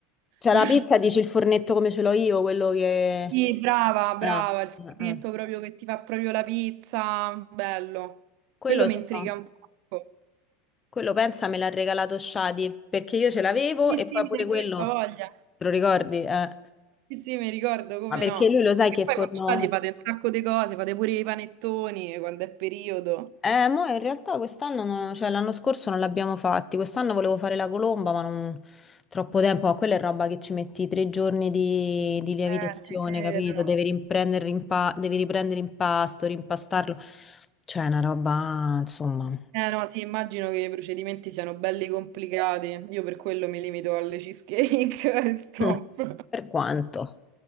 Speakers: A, on the left (about 15°); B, on the right (about 55°).
A: Cioè,
B: <laughs>
A: la pizza dici il fornetto come ce l'ho io, quello che...
B: Sì, brava, brava,
A: Ah,
B: il fornetto
A: ah, ah.
B: proprio che ti fa proprio la pizza, bello.
A: Quello,
B: Quello mi
A: so.
B: intriga un sacco.
A: Quello pensa me l'ha regalato Shadi perché io ce l'avevo
B: Sì,
A: e
B: sì,
A: poi
B: mi
A: pure
B: hai
A: quello...
B: detto, ha voglia.
A: Te lo ricordi? Eh.
B: Sì, sì, mi ricordo, come
A: Ma- Perché
B: no.
A: lui lo sai
B: E
A: che
B: poi
A: forno...
B: quando state fate un sacco di cose, fate pure i panettoni quando è periodo.
A: Eh, mo in realtà quest'anno, no- cioè l'anno scorso non l'abbiamo fatti, quest'anno volevo fare la colomba, ma non troppo tempo, ma quella è roba che ci metti tre giorni di, di lievitazione,
B: Eh, ti credo.
A: capito? Devi riprendere, rimpa... Devi riprendere impasto, rimpastarlo, cioè è una roba, insomma,
B: Eh no, sì, immagino che i procedimenti siano belli complicati. Io per quello mi limito alle cheesecake <laughs> e stop.
A: Mm. per quanto